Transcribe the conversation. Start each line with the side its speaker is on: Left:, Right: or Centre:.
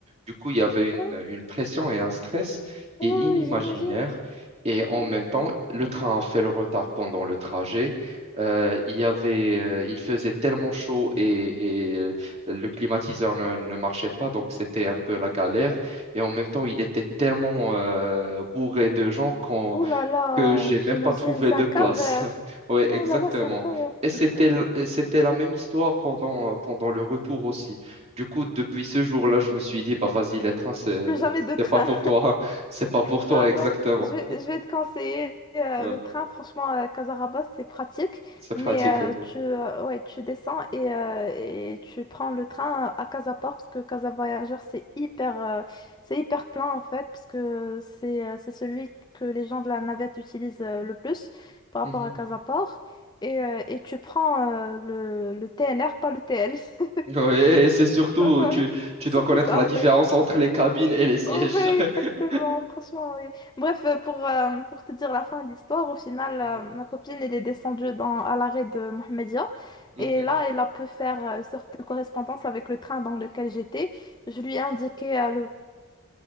Right: Du coup, il y avait
Left: Oh,
Right: une, une pression et un stress qui
Left: oui,
Right: est inimaginaire.
Left: oui, j'imagine.
Right: Et en
Left: Ouais.
Right: même temps, le train a fait le retard pendant le trajet. Euh, il y avait, euh, il faisait tellement chaud et, et, euh, le climatiseur ne, ne marchait pas, donc c'était un peu la galère. Et en même temps, il était tellement euh, bourré de gens qu'on
Left: Oh là là,
Right: que j'ai même
Left: j'imagine,
Right: pas trouvé
Left: c'est
Right: de
Left: un
Right: place.
Left: calvaire.
Right: <laughs> Oui, exactement.
Left: Oh là là, c'est un calvaire.
Right: Et c'était,
Left: Euh,
Right: l- et c'était la même histoire pendant, pendant le retour aussi. Du coup, depuis ce jour-là, je me suis dit, bah vas-y, les trains, c'est
Left: Plus jamais de train.
Right: c'est pas pour toi. <laughs> C'est pas pour toi,
Left: Non, attends,
Right: exactement.
Left: je vais, je vais te conseiller euh,
Right: Ouais,
Left: le train, franchement, à Casarabas, c'est pratique,
Right: c'est pratique,
Left: mais
Right: oui.
Left: euh, tu, euh, ouais, tu descends et, euh, et tu prends le train à Casaport, parce que Casa Voyageur, c'est hyper, euh, c'est hyper plein en fait, parce que c'est euh, c'est celui que les gens de la navette utilisent euh, le plus par
Right: Mhm.
Left: rapport à Casaport. Et, euh, et tu prends euh, le, le TNR, pas le TL. <laughs>
Right: Ouais, et c'est surtout,
Left: Ouais,
Right: tu, tu
Left: Surtout
Right: dois connaître
Left: ça
Right: la
Left: en
Right: différence
Left: fait.
Right: entre les cabines et les sièges.
Left: Ouais,
Right: <laughs>
Left: exactement, franchement, oui. Bref, euh, pour, euh, pour te dire la fin de l'histoire, au final,
Right: Mhm.
Left: euh, ma copine, elle est descendue dans, à l'arrêt de Mohamedia.
Right: Mhm.
Left: Et là, elle a pu faire euh, une sorte de correspondance avec le train dans lequel j'étais. Je lui ai indiqué euh, le,